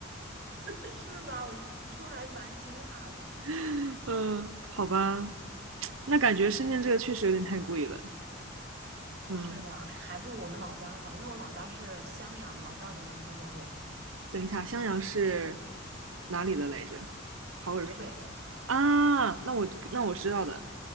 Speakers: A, on the right; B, on the right.
A: <laughs> 是吧？我就还蛮惊讶的。
B: <laughs> 嗯，好吧，那感觉深圳这个确实有点太贵了。嗯，
A: 是的，还不如我们老家好，因为我老家是襄阳的嘛，我不知道你有没有听说过
B: 等一下，襄阳是哪里的来着？好耳熟
A: 湖北。
B: 啊！那我那我知道的。